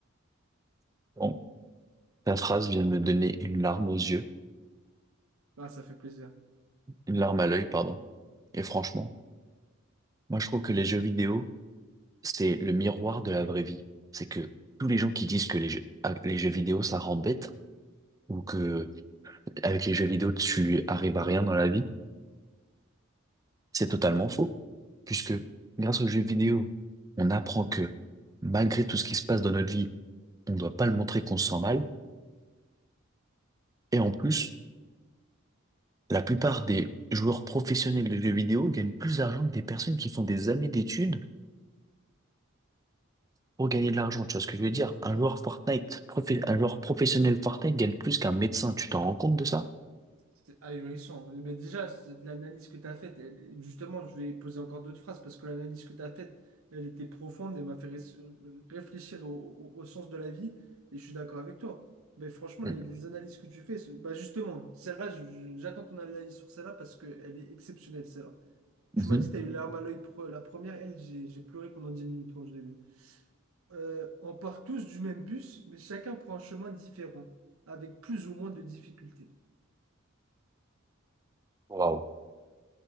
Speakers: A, on the right (about 15°); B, on the right (about 85°).
A: Bon, ta phrase vient de me donner une larme aux yeux,
B: Ah, ça fait plaisir.
A: une larme à l'œil, pardon. Et franchement, Moi, je trouve que les jeux vidéo, c'est le miroir de la vraie vie. C'est que tous les gens qui disent que les jeux, ah, les jeux vidéo, ça rend bête ou que avec les jeux vidéo, tu arrives à rien dans la vie, c'est totalement faux. Puisque grâce aux jeux vidéo, on apprend que malgré tout ce qui se passe dans notre vie, on ne doit pas le montrer qu'on se sent mal. Et en plus, la plupart des joueurs professionnels de jeux vidéo gagnent plus d'argent que des personnes qui font des années d'études pour gagner de l'argent, tu vois ce que je veux dire? Un joueur Fortnite, profi- un joueur professionnel Fortnite gagne plus qu'un médecin, tu t'en rends compte de ça?
B: C'est ahurissant. Mais déjà, c'est- l'analyse que tu as faite, elle- justement, je vais poser encore d'autres phrases parce que l'analyse que tu as faite, elle était profonde et m'a fait ré- réfléchir au, au- au sens de la vie. Et je suis d'accord avec toi. Mais franchement,
A: Mm.
B: les, les analyses que tu fais, c'est- bah justement, celle-là, je- je- j'attends ton analyse sur celle-là parce qu'elle est exceptionnelle, celle-là. Tu
A: Mhm.
B: m'as dit, tu as eu larme à l'œil pour la première. Elle, j'ai j'ai pleuré pendant 10 minutes quand je l'ai vue. Euh, on part tous du même bus, mais chacun prend un chemin différent, avec plus ou moins de difficultés.
A: Waouh,